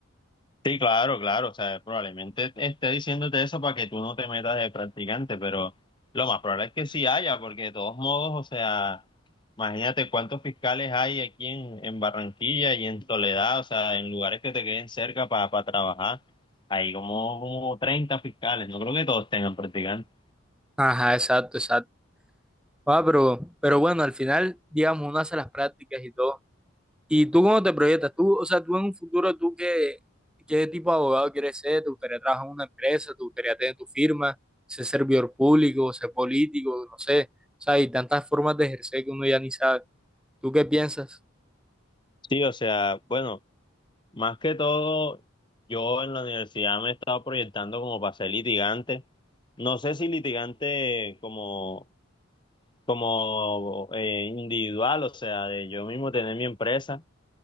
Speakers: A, on the left; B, in the centre.
A: Sí, claro, claro, o sea, probablemente esté diciéndote eso para que tú no te metas de practicante, pero lo más probable es que sí haya, porque de todos modos, o sea, imagínate cuántos fiscales hay aquí en, en Barranquilla y en Soledad, o sea, en lugares que te queden cerca para, para trabajar, hay como, como 30 fiscales, no creo que todos tengan practicantes.
B: Ajá, exacto, exacto. Ah, pero, pero bueno, al final, digamos, uno hace las prácticas y todo. ¿Y tú cómo te proyectas? Tú, o sea, tú en un futuro, ¿tú qué, qué tipo de abogado quieres ser? ¿Te gustaría trabajar en una empresa? ¿Te gustaría tener tu firma? ¿Ser servidor público? ¿Ser político? No sé. O sea, hay tantas formas de ejercer que uno ya ni sabe. ¿Tú qué piensas?
A: Sí, o sea, bueno, más que todo, yo en la universidad me he estado proyectando como para ser litigante. No sé si litigante como como eh, individual, o sea, de yo mismo tener mi empresa,